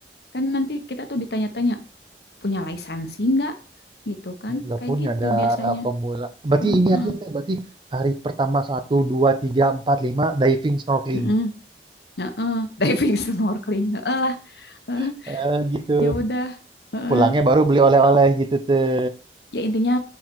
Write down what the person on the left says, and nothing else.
kan nanti kita tuh ditanya-tanya punya lisensi nggak gitu kan
kayak
gitu
biasanya.
Heeh.
Heeh. Heeh. <laughs> Diving snorkeling. Heeh lah. Heeh.
Ya udah. Heeh.
Ya intinya